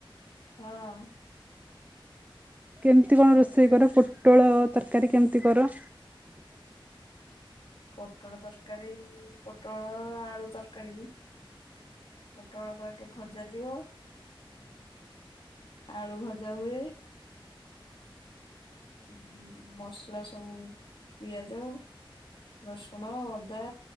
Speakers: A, on the left; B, on the right.
A: ଆ ହଁ
B: କେମିତି କଣ ରୋଷେଇ କର ପୋଟଳ ତରକାରୀ କେମିତି କର?
A: ପୋଟଳ ତରକାରୀ ପୋଟଳ ଆଳୁ ତରକାରୀ ପୋଟଳକୁ ଆଗେ ଭଜା ଯିବ। ଆଳୁ ଭଜା ହୁଏ। ଉଁ ଉଁ ମସଲା ସବୁ ପିଆଜ ରସୁଣ ଅଦା